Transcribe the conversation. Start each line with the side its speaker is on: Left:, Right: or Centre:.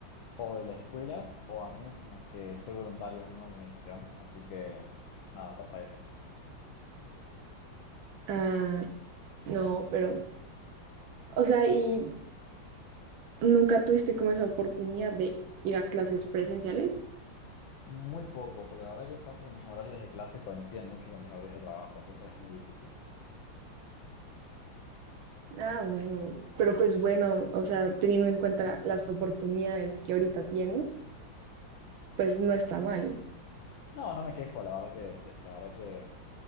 Left: o de la escuela o amigos con los que soy voluntario en una organización. Así que nada, pasa eso.
Right: Ah, no, pero, o sea, y... ¿Nunca tuviste como esa oportunidad de ir a clases presenciales?
Left: Muy poco, porque la verdad que pasa que mis horarios de clase coinciden mucho con mis horarios de trabajo, entonces es muy difícil.
Right: Ah, bueno, pero pues bueno, o sea, teniendo en cuenta las oportunidades que ahorita tienes, pues no está mal.
Left: No, no me quejo, la verdad que, la verdad que